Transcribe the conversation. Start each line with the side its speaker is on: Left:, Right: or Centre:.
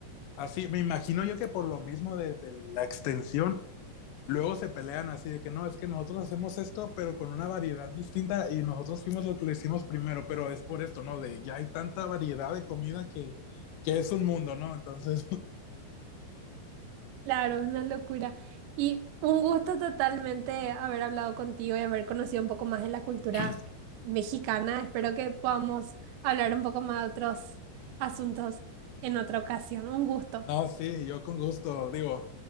Left: así, me imagino yo que por lo mismo de, de la extensión, luego se pelean así de que no, es que nosotros hacemos esto, pero con una variedad distinta y nosotros fuimos lo que lo hicimos primero, pero es por esto, ¿no? De ya hay tanta variedad de comida que, que es un mundo, ¿no? Entonces,
Right: Claro, es una locura. Y un gusto totalmente haber hablado contigo y haber conocido un poco más de la cultura
Left: <clears throat>
Right: mexicana. Espero que podamos hablar un poco más de otros asuntos en otra ocasión. Un gusto.
Left: No, sí, yo con gusto, digo,